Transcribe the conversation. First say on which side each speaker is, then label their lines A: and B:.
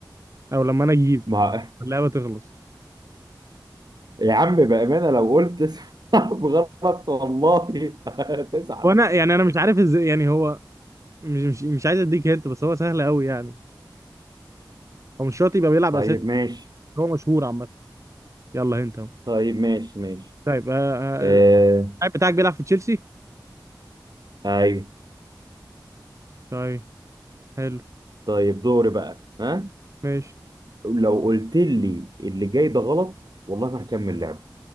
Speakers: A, on the right (about 40°); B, on the right (about 60°).
A: أو لما أنا أجيب
B: ما
A: اللعبة تخلص
B: <laughs> يا عم بامانه لو قلت اسم <laughs> حرف غلط والله <laughs> هتزعل
A: وأنا يعني أنا مش عارف إزاي يعني هو مش مش مش عايز أديك هنت بس هو سهل أوي يعني هو مش شرط يبقى بيلعب
B: طيب
A: أساسي
B: ماشي
A: هو مشهور عامة يلا هنت أهو
B: طيب ماشي ماشي
A: طيب آه، آه،
B: آه
A: اللاعب بتاعك بيلعب في تشيلسي؟
B: ايوه
A: طيب حلو
B: طيب دوري بقى ها
A: ماشي
B: لو قلت لي اللي جاي ده غلط والله ما هكمل لعب